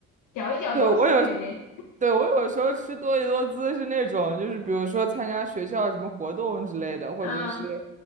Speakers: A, on the left; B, on the right.
A: 嚼一嚼东西，
B: 对，我有，
A: 感觉，
B: 对，我有时候吃多利多滋是那种，就是比如说参加学校什么活动之类的，或者是
A: 嗯，